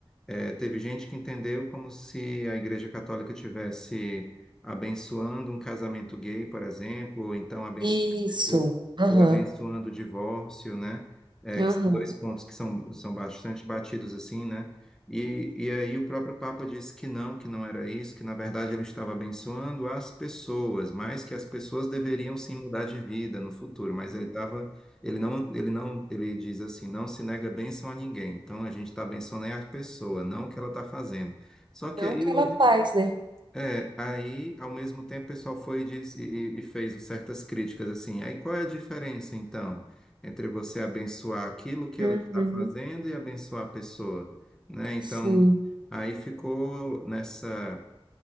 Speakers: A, in the centre; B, on the right (about 50°).
A: é, teve gente que entendeu como se a Igreja Católica tivesse abençoando um casamento gay, por exemplo, ou então abenço-
B: Isso.
A: ou,
B: Aham.
A: ou abençoando o divórcio, né? É,
B: Aham.
A: que são dois pontos que são, são bastante batidos, assim, né? E, e aí o próprio Papa disse que não, que não era isso, que na verdade ele estava abençoando as pessoas, mas que as pessoas deveriam sim mudar de vida no futuro. Mas ele estava, ele não, ele não, ele diz assim, não se nega bênção a ninguém. Então a gente está abençoando é a pessoa, não o que ela está fazendo. Só
B: Não
A: que aí
B: que ela
A: houve
B: faz, né?
A: é, aí, ao mesmo tempo, o pessoal foi e, disse- e- e fez certas críticas assim. Aí, qual é a diferença, então, entre você abençoar aquilo que
B: Uhum,
A: ela está fazendo e abençoar a pessoa, né? Então,
B: sim,
A: aí ficou nessa